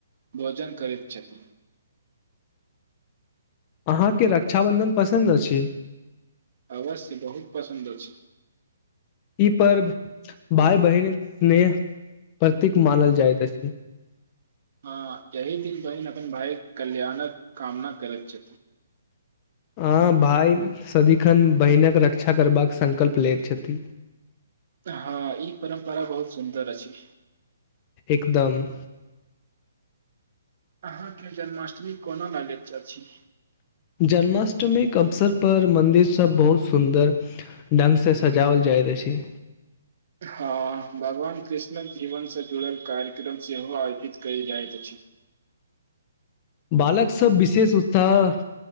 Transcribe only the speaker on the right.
भोजन करैत छथिन
अवश्य बहुत पसन्द अछि
हँ यही दिन बहिन अपन भाय कल्याणक कामना करैत छथि
हँ ई परम्परा बहुत सुन्दर अछि
अहाँके जन्माष्टमी कोना लागैत अछि
हँ भगवान कृष्णक जीवनसँ जुड़ल कार्यक्रम सेहो आयोजित कयल जाइत अछि